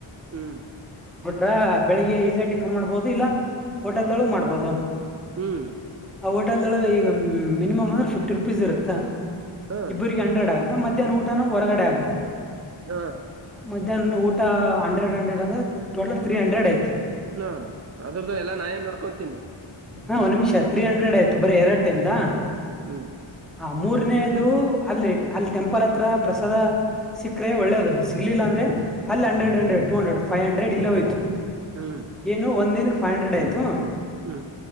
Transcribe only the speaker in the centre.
ರ ಬೆಳಿಗ್ಗೆ ಇಲ್ಲೇಟಿಫನ್ ಮಾಡ್ಬಹುದು ಇಲ್ಲ ಹೋಟೆಲ್ದೊಳಗ್ ಮಾಡ್ಬೋದು
ಆ ಹೋಟೆಲ್ದೊಳಗೆ ಈಗ ಮಿನಿಮಮ್ ಅಂದ್ರ ಫಿಫ್ಟಿ ರುಪೀಸ್ ಇರುತ್ತ
ಇಬ್ಬ್ರಿಗೆ ಹಂಡ್ರೆಡ್ ಆಗುತ್ತಾ ಮದ್ಯಾನ್ ಊಟನು ಹೊರಗಡೆ ಆಗುತ್ತಾ
ಮಧ್ಯಾಹ್ನ ಊಟ ಹಂಡ್ರೆಡ್ ಹಂಡ್ರೆಡ್ ಅಂದರೆ ಟೋಟಲ್ ತ್ರೀ ಹಂಡ್ರೆಡ್ ಆಯತು
ಹಾ ಒನ್ ನಿಮಿಷ ತ್ರೀ ಹಂಡ್ರೆಡ್ ಆಯ್ತು ಬರಿ ಎರಡ್ ಟೈಮದಾ
ಆ ಮೂರನೇದು ಅಲ್ಲಿ ಅಲ್ಲಿ ಟೆಂಪಲ್ ಹತ್ರ ಪ್ರಸಾದ ಸಿಕ್ಕರೆ ಒಳ್ಳೇದು ಸಿಗ್ಲಿಲ್ಲ ಅಂದರೆ ಅಲ್ಲಿ hundred hundred two hundred five hundred ಇಲ್ಲೇ ಹೋಯ್ತು
ಏನು ಒಂದಿನಕ್ಕ ಫೈ ಹಂಡ್ರೆಡ್ ಆಯಿತು